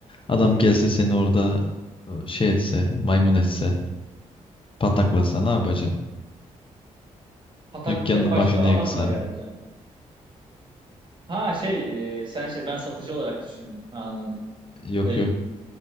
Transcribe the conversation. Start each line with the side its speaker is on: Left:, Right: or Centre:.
Left: Adam gelse seni orada e, şey etse maymun etse pataklasa ne yapacaksın?
Right: Pataklayacak
Left: Dükkanının
Right: başka
Left: başını
Right: adamla
Left: yıksa
Right: geleceğim. Ha şey e, sen şey ben satıcı olarak düşündüm. Ha anladım.
Left: yok
Right: E,
Left: yok